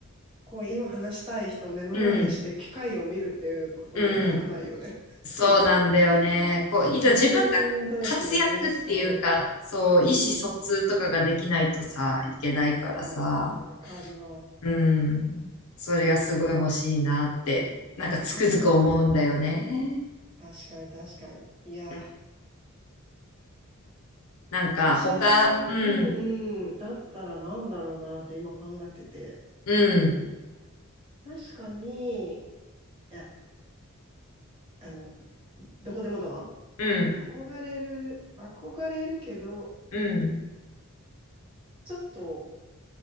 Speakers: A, on the right (about 25°); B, on the left (about 75°).
A: こう今話したい人を目の前にして機械を見るっていうことにはならないよね。
B: うん、うん、
A: <laughs>
B: そうなんだよね。
A: なんていうか。
B: こう、いざ自分が活躍っていうか、
A: 人間同士のね、そ
B: そう、意思疎通とかができないとさ、いけないからさ、
A: う、わかる、わかるわ。
B: うん、それがすごい欲しいなって、
A: いや、
B: なんかつくづく思うんだよね。
A: いいね。確かに確かに。いや、
B: うんなんか他、
A: 私、
B: うん、
A: うんうん、だったらなんだろうなって今考えてて。
B: うん、
A: 確かに、いや、あの、どこでもドア
B: うん、
A: 憧れる、憧れるけど、
B: うん、
A: ちょっと、